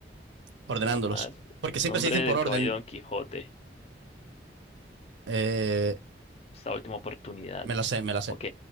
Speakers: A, on the right; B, on the left.
A: Ordenándolos.
B: Una más.
A: Porque
B: Nombre
A: siempre se dicen
B: del
A: por orden.
B: caballero Don Quijote.
A: Eh,
B: Esta última oportunidad.
A: me la sé, me la sé.
B: Ok.